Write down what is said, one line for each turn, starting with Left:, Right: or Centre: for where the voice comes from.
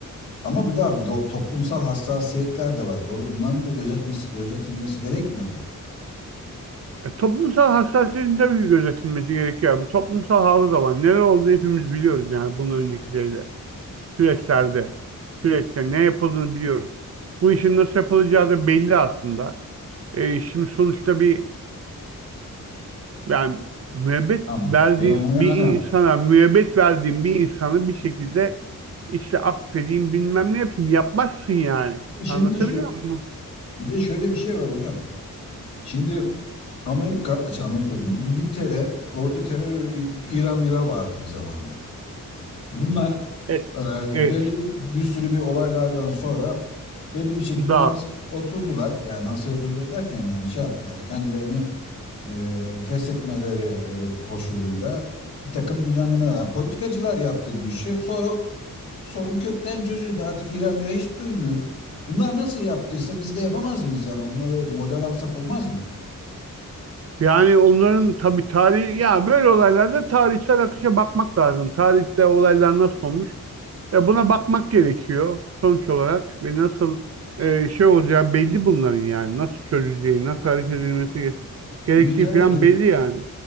Left: Ama bir daha bir toplumsal hassasiyetler de var. Bunların da gözetmesi, gözetilmesi gerekmiyor mu?
Right: E, toplumsal hassasiyetin tabii ki gözetilmesi gerekiyor Bir Toplumsal halı da var. Neler olduğunu hepimiz biliyoruz yani Bunun önceki şeyde, süreçlerde, süreçte ne yapıldığını biliyoruz. Bu işin nasıl yapılacağı da belli aslında. E, şimdi sonuçta bir yani müebbet
Left: Tamam.
Right: verdiğin
Left: Yani,
Right: bir insana,
Left: yani.
Right: müebbet verdiğin bir insanı bir şekilde işte affedeyim bilmem ne yapayım yapmazsın yani.
Left: Şimdi
Right: Anlatabiliyor
Left: şu,
Right: muyum?
Left: bir de şöyle bir şey var hocam. Şimdi Amerika, şey Amerika diyorum, İngiltere orada terör İ- İran Mira vardı bir zamanlar. Bunlar
Right: Evet.
Left: e,
Right: Evet.
Left: belli bir, bir sürü bir olaylardan sonra belli bir şekilde
Right: Daha
Left: masaya oturdular. Yani masaya oturdu derken yani şey yaptılar. Kendilerini e, feshetmeleri e, koşuluyla bir takım düzenlemeler. Yani Politikacılar yaptı bu işi. Sonra sorun kökten çözüldü. Artık İra mira hiç duymuyoruz. Bunlar nasıl yaptıysa biz de yapamaz mıyız? Yani onları model alsak olmaz mı?
Right: Yani onların tabii tarihi ya böyle olaylarda tarihsel akışa bakmak lazım. Tarihte olaylar nasıl olmuş? Ya buna bakmak gerekiyor sonuç olarak ve nasıl e, şey olacağı belli bunların yani. Nasıl çözüleceği, nasıl
Left: Yani
Right: hareket
Left: bir,
Right: edilmesi ge- gerektiği
Left: liter-
Right: falan belli yani.